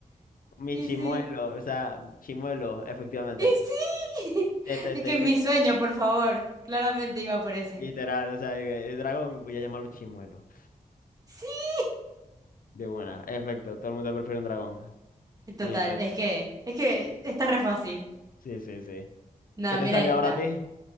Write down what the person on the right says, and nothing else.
Y sí.
Y sí. <laughs>
De que
mi sueño, por favor. Claramente iba por ese.
Sí.
<laughs> Total,
es que, es que está re fácil.
No,
mira
esta.